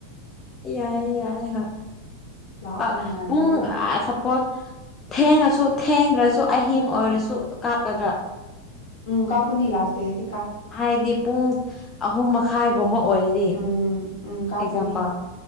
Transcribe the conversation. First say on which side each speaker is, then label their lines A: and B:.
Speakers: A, on the left; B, on the left.
A: ꯌꯥꯏ ꯌꯥꯏ ꯍꯣꯏ
B: ꯂꯥꯛꯑꯣ
A: ꯑ
B: ꯅꯨꯡꯉꯥꯏꯒꯅꯤꯅ
A: ꯄꯨꯡ ꯁꯄꯣꯁ ꯊꯦꯡꯉꯁꯨ ꯊꯦꯡꯗ꯭ꯔꯁꯨ ꯑꯍꯤꯡ ꯑꯣꯏꯔꯁꯨ ꯀꯥꯞꯀꯗ꯭ꯔꯥ
B: ꯎꯝ ꯀꯥꯄꯨ ꯏ ꯂꯥꯁꯗ
A: ꯍꯥꯏꯗꯤ ꯄꯨꯡ ꯑꯍꯨꯝ ꯃꯈꯥꯏꯒꯨꯝꯕ ꯑꯣꯏꯔꯗꯤ
B: ꯎꯝ ꯎꯝ ꯀꯥꯞꯄꯅꯤ
A: ꯑꯦꯛꯖꯥꯝꯄꯜ